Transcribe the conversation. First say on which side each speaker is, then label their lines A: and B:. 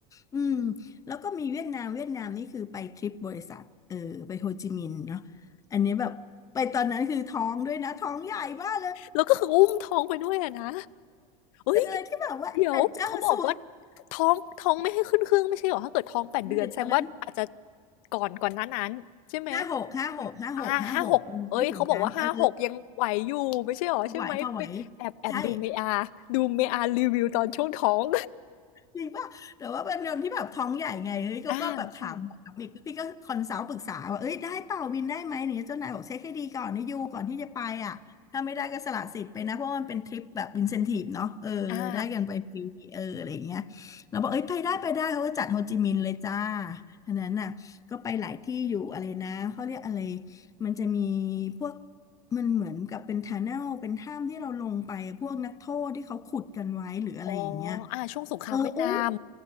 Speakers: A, on the left; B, on the left.
A: อืมแล้วก็มีเวียดนามเวียดนามนี่คือไปทริปบริษัทเออไปโฮจิมินห์เนาะอันนี้แบบ ไปตอนนั้นคือท้องด้วยนะท้องใหญ่มากเลย
B: แล้วก็คืออุ้มท้องไปด้วยอะนะเฮ้ย
A: เป็นอะไรที่แบบว่าแอดเวนเจอร์สุด
B: เดี๋ยวเขาบอกว่าท้องท้องไม่ให้ขึ้นเครื่องไม่ใช่เหรอถ้าเกิดท้องแปดเดือนแสดงว่าอาจจะ
A: เมื่อเด็กตอนนั้น
B: ก่อนก่อนหน้านั้นใช่ไหม
A: ห้าหกห้าหกห้าหกห้าหกมันไม่ถึงนั้นเออ
B: อาหาหกเอ้ยเขาบอกว่า5-6ยังไหวอยู่ไม่ใช่เหรอใช่ไหมไปแอบแอบดู
A: พอไหวพอไหวใช่
B: m อาดูเมอารีวิวตอนช่วงท้อง
A: จริงป่ะแต่ว่าเป็นคนที่แบบท้องใหญ่ไงเฮ้ยเขาก็แบบถามแบบอีกพี่ก็คอนซัลท์ปรึกษาว่าเอ้ยได้เปล่าวินได้ไหมเนี่ยเจ้านายบอกเช็คให้ดีก่อนนี่ยูก่อนที่จะไปอ่ะถ้าไม่ได้ก็สละสิทธิ์ไปนะ
B: อาค่ะ
A: เพราะว่ามันเป็นทริปแบบอินเซนทีฟเนาะเออได้กันไปฟรีเอออะไรอย่างเงี้ย
B: อา
A: เราบอกเอ้ย ไปได้ไปได้เขาก็จัดโฮจิมินห์เลยจ้าอันนั้นน่ะก็ไปหลายที่อยู่อะไรนะเขาเรียกอะไรมันจะมีพวกมันเหมือนกับเป็นทันเนลเป็นถ้ำที่เราลงไปพวกนักโทษที่เขาขุดกันไว้หรืออะไรอย่างเงี้ย
B: อ๋ออาช่วงสงครามเวียดนาม
A: เออโอ้